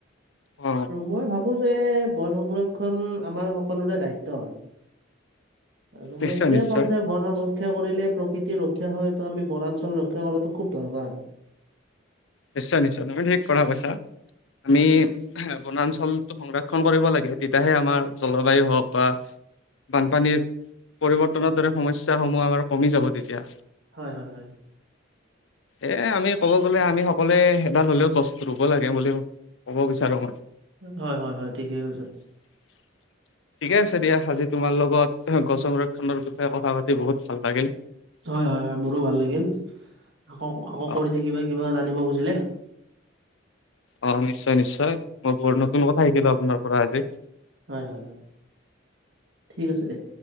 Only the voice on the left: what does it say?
অ
নিশ্চয়
নিশ্চয়
নিশ্চয় নিশ্চয় তুমি ঠিক কথা কৈছা। আমি
বনাঞ্চলটো সংৰক্ষন কৰিব লাগে তেতিয়াহে আমাৰ জলবায়ু হওক বা বানপানীৰ পৰিৱৰ্তনৰ দৰে সমস্যা সমূহ আমাৰ কমি যাব তেতিয়া।
এ আমি ক'ব গ'লে আমি স সকলোৱে এডাল হ'লেও গছ ৰুব লাগে বুলি ক'ব বিচাৰো মই।
<inaudible> ঠিকে আছে দিয়া আজি তোমাৰ লগত গছ সংৰক্ষণৰ বিষয়ে কথা পাতি বহুত ভাল লাগিল।
অ
অ নিশ্চয় নিশ্চয় মই বহুত নতুন কথা শিকিলো আপোনাৰ পৰা আজি।